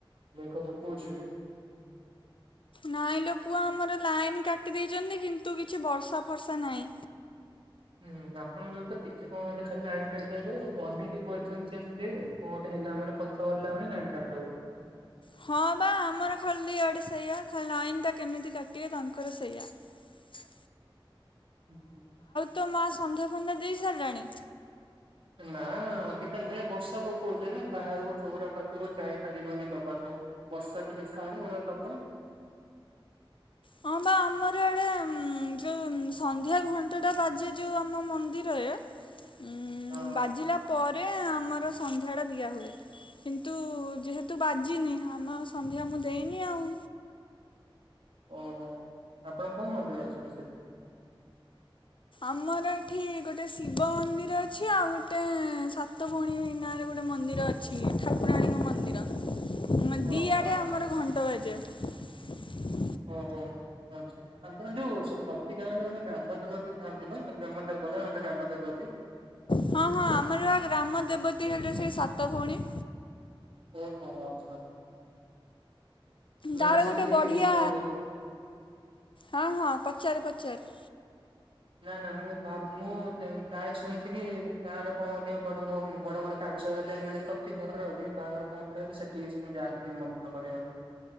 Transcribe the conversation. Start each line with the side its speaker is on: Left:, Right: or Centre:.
Right: ମେଘ ପକଉଛିୁ
Left: ନାଇଁ ଲୋ ପୁଅ ଆମର ଲାଇନ କାଟି ଦେଇଛନ୍ତି କିନ୍ତୁ କିଛି ବର୍ଷା ଫର୍ଷା ନାହିଁ।
Right: ହୁଁ ଆପଣଙ୍କର ତ ଟିକେ କଣ ହେଲେ ଖାଲି ଲାଇନ କାଟି ଦଉଛନ୍ତି ଅନେଇଁ କହିଛନ୍ତି ସେମିତିଉ, କଣ ଗୁଟେ ହେଲା ମାନେ ପଛହରିଲାନ ଲାଇନ କାଟିଦେବେ
Left: ହଁ ବା ଆମର ଖାଲି ଆଡେ ସେଇୟା ଖଲାଇନ୍। ଟା କେମିତି କାଟିବେ ତାଙ୍କର ସେଇୟା। <unintelligible>
Right: <unintelligible>
Left: ତୋ ମା ସନ୍ଧ୍ୟା ଫନ୍ଧ୍ୟା ଦେଇ ସାରିଲାଣି।
Right: ନା ଅବିକ ବର୍ଷା କହୁଛ ବାହାରରକୁ ଚଉରା ପାଖକୁ ଯାଇପାରିବନି ଦବାକୁ। ବର୍ଷା ଟିକେ ଛାଡିବ ଦବା
Left: ହଁ ବା ଆମର ଆଡେ ଯୋଉ ସନ୍ଧ୍ୟା ଘଣ୍ଟାଟା ବାଜେ। ଯୋଉ ଆମ ମନ୍ଦିରରେ ଉଁ
Right: ହଁ
Left: ବାଜିଲା ପରେ। ଜିଲେ ଆମର ସନ୍ଧ୍ୟା ଟା ଦିଆ ହୁଏ। କିନ୍ତୁ ଯେହେତୁ ବାଜିନି ଆମ ସନ୍ଧ୍ୟା ମୁଁ ଦେଇନି ଆଉ।
Right: ଓହୋ ଆପଣ କୋଉ ମନ୍ଦିର ଅଛି କି ସେଠି।
Left: ଆମର ଏଠି ଗୋଟେ ଶିବ ମନ୍ଦିର ଅଛି। ଆଉ ଗୋଟେ ସାତ ଭଉଣୀ ନାଁରେ ଗୋଟେ ମନ୍ଦିର ଅଛି। ଠାକୁରାଣୀଙ୍କ ମନ୍ଦିର। ମେ ଦିଆଡେ
Right: ଓହୋ ଆଚ୍ଛା
Left: ଆମର ଘଣ୍ଟା ବାଜେ। <unintelligible>
Right: ଓହୋ ଆଚ୍ଛା ଆପଣ ଯୋଉ ପ୍ରତି ଗାଁ ରେ ଗୋଟେ ଗ୍ରାମ ଦେବତୀ ଥାଆନ୍ତି। ବା ଗ୍ରାମଦେବ ଗ୍ରାମ ଦେବତିୀ।
Left: ହଁ ହଁ ଆମର ବା ଗ୍ରାମ ଦେବତୀ ହେଲେ ସେଇ ସାତ ଭଉଣୀ।
Right: ଓ ହୋ ଆଚ୍ଛା। ମାନେ
Left: ତାର
Right: ସେଠି
Left: ଗୋଟେ ବଢିଆ
Right: ଏଇ ଯୋଉ
Left: ହଁ ହଁ ପଚାର। ପଚାର।
Right: ନା ନା ମୁଁ ଭାବ ମୁଁ ପ୍ରାୟ ଶୁଣିଛି କି ତାର କଣ ଗୋଟେ ବଡ ବଡ ବଡ଼ କାର୍ଯ୍ୟ ହେଲେ। ମାନେ ପ୍ରତି ଘରର ବାହାଘର ଫାହାଘର ହେଲେ ସେଠିକିସୁଣି ଯାଆନ୍ତି। ଟିକି ମନ୍ଦିର କରିବାଉ।